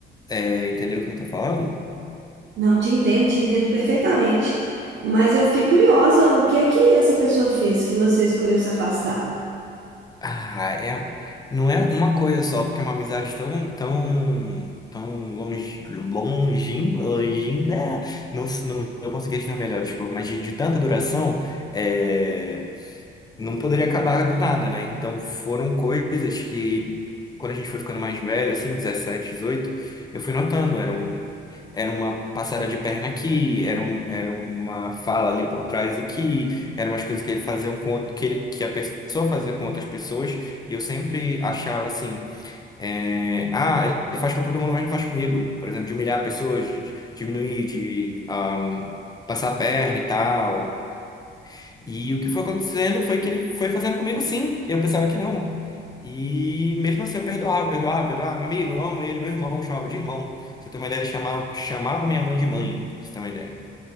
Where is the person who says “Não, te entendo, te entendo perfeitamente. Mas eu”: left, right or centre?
Right